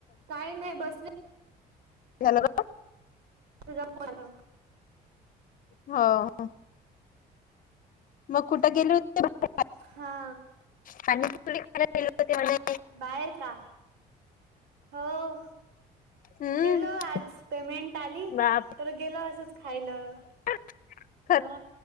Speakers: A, on the right; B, on the left.
A: काही नाही बसले
B: ह्याला का?
A: तुझा फोन आला होता.
B: हा.. मग कुठं गेले होते ते बाहेर.
A: हा
B: खालील <unintelligible>
A: बाहेर का? हो.
B: हम्म
A: गेलो आज, पेमेंट आली.
B: बाप
A: तर गेलो असंच खायला.
B: <inaudible>
A: हा.